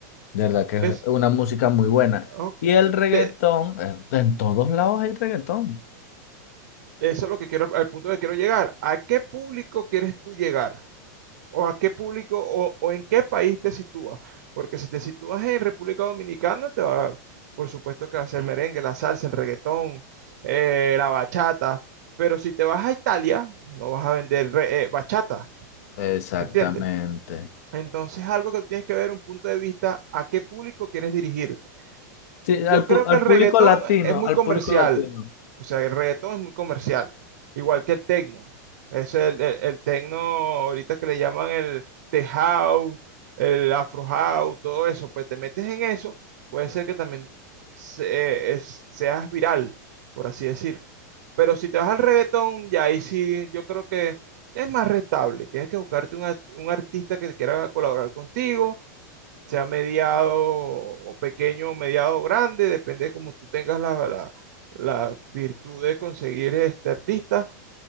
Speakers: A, on the left; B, on the right.
A: De verdad que es
B: Es,
A: una música muy buena.
B: ok,
A: Y el reggaetón,
B: te-
A: eh, en todos lados hay reggaetón.
B: eso es lo que quiero, al punto que quiero llegar. ¿A qué público quieres tú llegar? o a qué público o, o en qué país te sitúas. Porque si te sitúas en República Dominicana, te va, por supuesto que va a ser merengue, la salsa, el reggaetón, eh, la bachata. Pero si te vas a Italia, no vas a vender re- eh, bachata,
A: Exactamente.
B: ¿me entiendes? Entonces, algo que tú tienes que ver un punto de vista a qué público quieres dirigir
A: Sí,
B: yo
A: al,
B: creo
A: pu-
B: que
A: al
B: el reggaetón
A: público latino,
B: es muy comercial.
A: al público latino.
B: O sea, el reggaetón es muy comercial. Igual que el tecno. Es el, el, el tecno ahorita que le llaman el tech house, el afro house, todo eso. Pues te metes en eso, puede ser que también se- eh, es- seas viral, por así decirlo. Pero si te vas al reggaetón, ya ahí sí, yo creo que es más rentable. Tienes que buscarte un, art- un artista que quiera colaborar contigo sea mediado o pequeño o mediado grande, depende de cómo tú tengas la, la, la virtud de conseguir este artista,